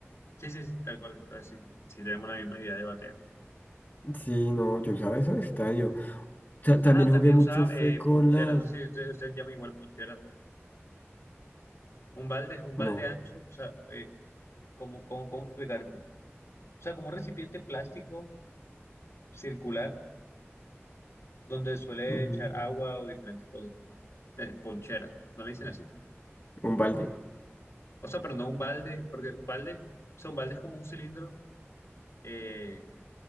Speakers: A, on the left; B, on the left.
A: Sí, sí, sí, tal cual. Entonces, sí, sí tenemos la misma idea de batear.
B: Sí, no, yo usaba eso de estadio. Ta-
A: Ah,
B: también
A: también
B: jugué mucho,
A: usaba
B: fue
A: eh,
B: con
A: poncheras.
B: las,
A: No sé si usted, usted llama igual poncheras. Un balde, un balde
B: no,
A: ancho, o sea, eh, ¿cómo, cómo, cómo explicarte? O sea, como un recipiente plástico circular donde suele
B: ujú,
A: echar agua o diferentes cosas. Eh, ponchera, no le dicen así.
B: un balde,
A: O sea, pero no un balde, porque un balde, o sea, un balde es como un cilindro, eh,